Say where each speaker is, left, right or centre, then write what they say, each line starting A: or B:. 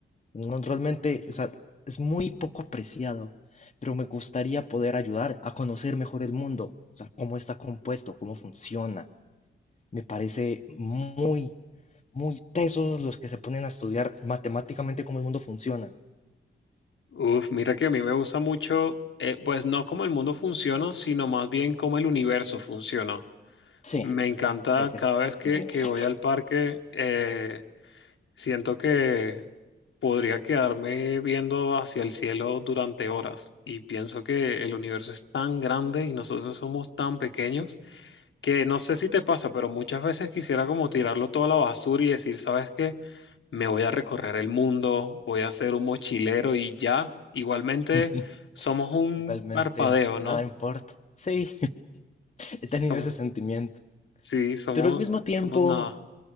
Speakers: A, on the left (about 35°); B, on the left (about 70°).
A: No, realmente, o sea, es muy poco apreciado, pero me gustaría poder ayudar a conocer mejor el mundo, o sea, cómo está compuesto, cómo funciona. Me parece muy muy tesos los que se ponen a estudiar matemáticamente cómo el mundo funciona.
B: Uf, mira que a mí me gusta mucho, eh, pues no cómo el mundo funciona, sino más bien cómo el universo funciona.
A: Sí,
B: Me encanta
A: eso,
B: cada vez que,
A: el universo.
B: que voy al parque, eh, siento que podría quedarme viendo hacia el cielo durante horas y pienso que el universo es tan grande y nosotros somos tan pequeños que no sé si te pasa, pero muchas veces quisiera como tirarlo todo a la basura y decir, ¿sabes qué? me voy a recorrer el mundo, voy a ser un mochilero y ya, igualmente
A: <laughs>
B: somos un
A: Igualmente,
B: parpadeo,
A: nada
B: ¿no?
A: importa. Sí, he tenido
B: Som-
A: ese sentimiento.
B: sí, somos,
A: Pero al mismo tiempo,
B: somos nada,